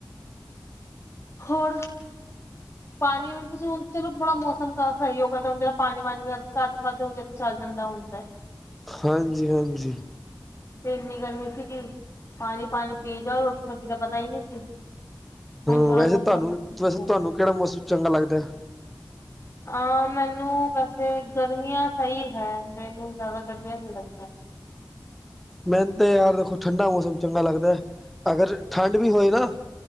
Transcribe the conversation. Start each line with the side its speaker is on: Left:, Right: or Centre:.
Left: ਹੋਰ।
Centre: <inaudible>
Left: ਪਾਨੀ ਹੁਣ ਤੁਸੀਂ ਹੁਣ ਚਲੋ ਬੜਾ ਮੌਸਮ ਤਾਂ ਸਹੀ ਹੋਗਿਆ, ਹੁਣ ਜ਼ਰਾ ਪਾਨੀ ਵਾਨੀ ਘੱਟ ਵੱਧ ਹੋ ਜੇ ਤਾਂ ਚੱਲ ਜਾਂਦਾ ਹੁਣ ਤੇ
Centre: ਹਾਂਜੀ -ਹਾਂਜੀ।
Left: ਇੰਨੀ ਗਰਮੀ ਸੀਗੀ ਪਾਣੀ ਪਾਣੀ ਪੀ ਜਾਓ ਰੋਟੀ ਸਬਜ਼ੀ ਦਾ ਪਤਾ ਈ ਨਹੀਂ ਸੀ।
Centre: ਹੂੰ
Left: ਹੁਣ ਥੋੜਾ
Centre: ਵੈਸੇ
Left: ਮੌਸਮ
Centre: ਤੁਵਾਂਨੂੰ
Left: ਠੀਕ
Centre: ਵੈਸੇ
Left: ਹੋ
Centre: ਤੁਵਾਂਨੂੰ
Left: ਗਿਆ
Centre: ਕੇੜਾ ਮੌਸਮ ਚੰਗਾ ਲੱਗਦਾ ਹੈ?
Left: ਆਂ ਮੈਨੂੰ ਵੈਸੇ ਗਰਮੀਆਂ ਸਹੀ ਹੈ ਮੈਨੂੰ ਜ਼ਿਆਦਾ ਗਰਮੀਆਂ ਅੱਛੀ ਲੱਗਦੀਆਂ। ਨੇ
Centre: ਮੈਨ ਤੇ ਯਾਰ ਦੇਖੋ ਠੰਢਾ ਮੌਸਮ ਚੰਗਾ ਲੱਗਦਾ ਅਗਰ ਠੰਡ ਵੀ ਹੋਏ ਨਾ